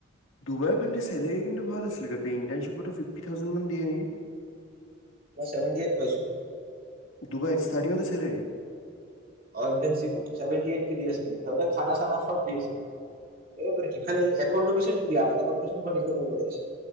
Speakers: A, on the left; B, on the right.
A: দুবাইৰ কিন্তু চেলাৰী কিন্তু ভাল আছিলে ইন্টাৰশিপতে ফিপটি থাউজেনড কে দিয়ে নেকি
B: মই চেভেণ্টিএইট পাইছো
A: দুবাইত ষ্টাৰ্টিং অতে চেলাৰী
B: অ ইনর্টানশ্বিপত ছেভেন্টি এইট কে দি আছিলে মোক সিহঁতে খানা চানা সব দি আছিলে এইবোৰে খালি একোমডেছনটো দিয়া নাই একোমডেছনটো নিজে কৰিব লাগিছে